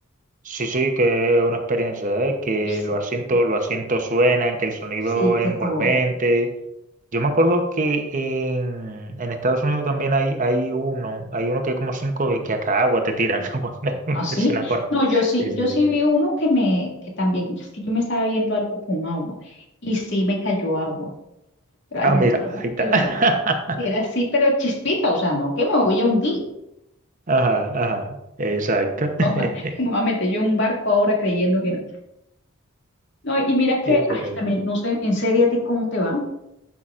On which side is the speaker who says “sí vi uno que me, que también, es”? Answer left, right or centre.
Left